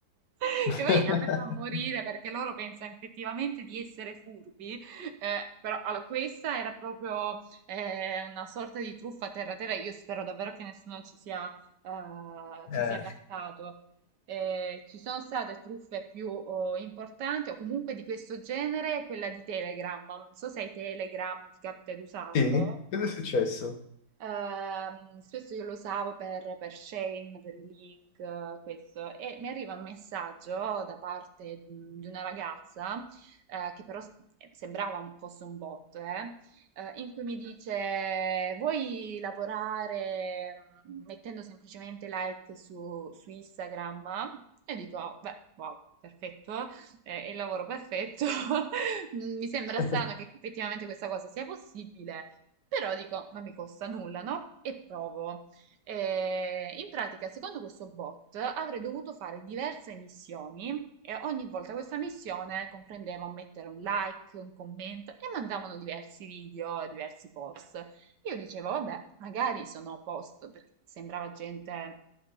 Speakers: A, on the right; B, on the left.
A: Che
B: <laughs>
A: poi a me fa morire perché loro pensano effettivamente di essere furbi, eh, però allora, questa era proprio eh, una sorta di truffa terra-terra. Io spero davvero che nessuno ci sia, eh, ci
B: Eh,
A: sia cascato. Eh, ci sono state truffe più oh, importanti o comunque di questo genere, quella di Telegram. Non so se hai Telegram, ti capita di usarlo?
B: Sì, cosa è successo?
A: Ehm, spesso io lo usavo per, per Shane, per i link, eh, questo, e mi arriva un messaggio da parte di di una ragazza, eh, che però s- eh, sembrava un- fosse un bot, eh, eh, in cui mi dice: Vuoi lavorare mm, mettendo semplicemente like su, su Instagram? E dico: "Oh, Beh, wow. Perfetto, eh, è il lavoro perfetto. <laughs> Mi sembra
B: <laughs>
A: strano che effettivamente questa cosa sia possibile, però dico, non mi costa nulla, no? E provo. Eh, in pratica, secondo questo bot, avrei dovuto fare diverse missioni e ogni volta questa missione comprendeva un mettere un like, un commento e mandavano diversi video, diversi post. Io dicevo, vabbè, magari sono a posto, perché sembrava gente